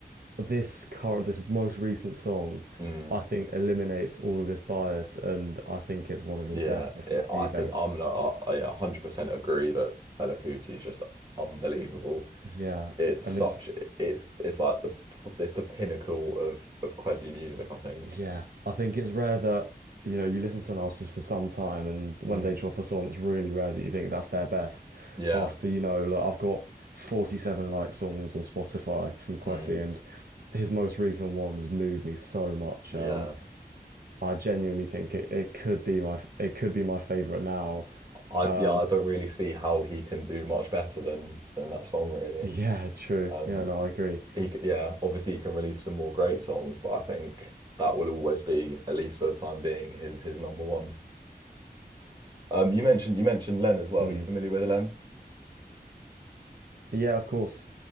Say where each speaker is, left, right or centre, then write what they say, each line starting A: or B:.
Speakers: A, on the right; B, on the right.
A: this current, this most recent song,
B: mm.
A: I think eliminates all of this bias, and I think it's one of his
B: Yeah,
A: best, if
B: it,
A: not
B: I
A: the best.
B: think I'm not, I, I- yeah, 100% agree that Fela Kuti is just unbelievable.
A: Yeah,
B: It's
A: and
B: such,
A: it's
B: it's it's like the it's the pinnacle of of Kwezi music, I think.
A: yeah, I think it's rare that you know you listen to an artist for some time, and when
B: Mm,
A: they drop a song, it's really rare that you think that's their best.
B: yeah,
A: After you know, like I've got 47 like songs on Spotify from Kwesi,
B: mm,
A: and his most recent one has moved me so much.
B: yeah.
A: Um, I genuinely think it, it could be my it could be my favorite now.
B: I
A: Um,
B: yeah, I don't really see how he can do much better than than that song,
A: <laughs>
B: really.
A: yeah, true.
B: Um,
A: Yeah, no, I agree.
B: he c- yeah, obviously he can release some more great songs, but I think that will always be, at least for the time being, his his number one. Um, you mentioned you mentioned Len as well.
A: Mm.
B: You familiar with Len?
A: Yeah, of course.